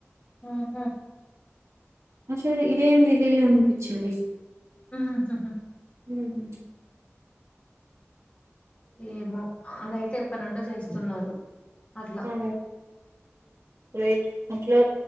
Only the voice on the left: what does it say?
ఆహ
హ్ హ్
ఏమో అదై తెప్పనుండో చేస్తున్నారు. అట్లా